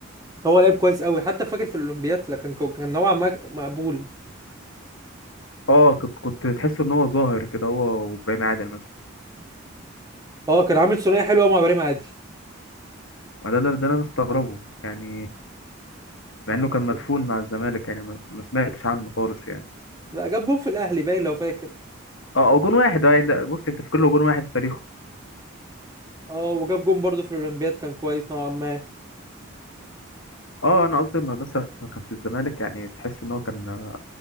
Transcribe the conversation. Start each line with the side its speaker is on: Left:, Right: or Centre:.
Right: هو لعيب كويس قوي حتى فاكر في الاولمبياد لا كان كو- كان نوعا ما مقبول
Left: اه كنت كنت تحس ان هو ظاهر كده هو وابراهيم عادل مثلا
Right: اه كان عامل ثنائيه حلوه مع ابراهيم عادل
Left: ما ده اللي- ده اللي انا مستغربه يعني مع انه كان
Right: ممكن
Left: مدفون مع الزمالك يعني ما ما سمعتش عنه خالص يعني
Right: لا جاب جون في الاهلي باين لو فاكر
Left: اه هو جون واحد اه يعني ده- بص انت في كله جون واحد في تاريخه
Right: اه وجاب جون برضه في الاولمبياد كان كويس نوعا ما
Left: اه انا قصدي لما بس لما كان في الزمالك يعني تحس ان هو كان